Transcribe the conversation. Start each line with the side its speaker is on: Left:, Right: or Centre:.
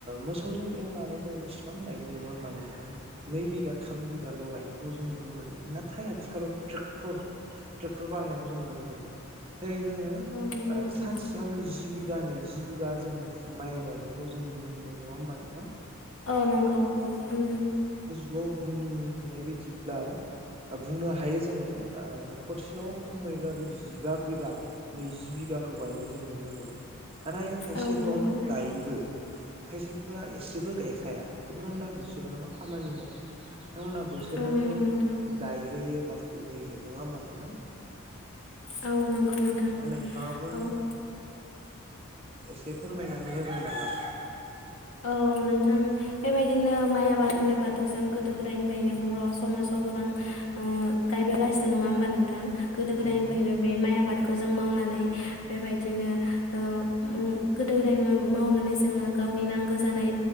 Right: मोसौजों एवनानै जों बेसेबां गायनो नङा होमबा नोंथां? नै बिगा थाम बिगाल' गायनायखौ जों नुनो मोनोमोन नाथाय आथिखालाव ट्रेक्टर, ट्रेक्टर बाहायनायखौ जों नुनो मोनदों। जेरै जोङो
Left: औ नंगौ
Right: ओ
Left: नोंथां
Right: सानसेयावनो जि बि गा नैजि बिगा जोङो माइ गायनायखौ जों नुनो मोनदों नङा होमबा नोंथां?
Left: औ नंगौ। उम
Right: खौ बुंनो थांनाय बायदिब्ला बुंनो हायो जोङो ओ न'खरसेयाव खमैबाबो जिबा बिगा नैजि बिगाखौ गायनाय जों नुनो मोनो। नाथाय खायसे
Left: औ नंगौ
Right: दं गायोबो। खायसेफोरा एसेबो गायखाया। बिथांमोना बिसोरनावनो खामानि मावो। थांमोना बिसोरनावनो
Left: औ नंगौ नोंथां
Right: गायहोयो बा फुहैयो, नङा होमबा नोंथां?
Left: औ नोंगौ नोंथां
Right: दा नोंथाङाबो
Left: औ। <inaudible>
Right: एसे फोरमायनानै होगोन नामा?
Left: औ नोंथां बेबायदिनो माइ आबाद होनोबाथ' जों गोदो गोदायनिफ्रायनो बर' समाजाव गोबां ओ गायबोगासिनो नङा होमबा नोंथां? गोदो गोदायनिफ्रायनो
Right: औ नोंथां
Left: बे माइ आबादखौ जों मावनानै बे बेबायदिनो ओ <unintelligible> गोदो गोदाय मावनानै जोङो गावनि नां जानाय